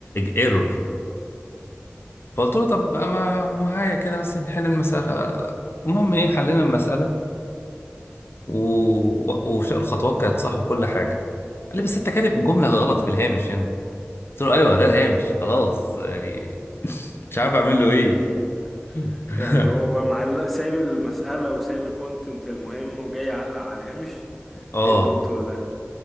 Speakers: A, on the left; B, in the centre.
A: ايرور فقلت له طب ما معايا كده بس نحل المسألة المهم ايه حلينا المسألة و... و- وش الخطوات كانت صح وكل حاجة قال لي بس انت كاتب جملة غلط في الهامش هنا قلت له ايوه ده الهامش خلاص يعني مش عارف اعمل له ايه
B: مهم.
A: <laughs>
B: يعني هو معلق سايب المسألة وسايب الكونتنت المهم وجاي يعلق على الهامش
A: اه
B: ايه الدكتور ده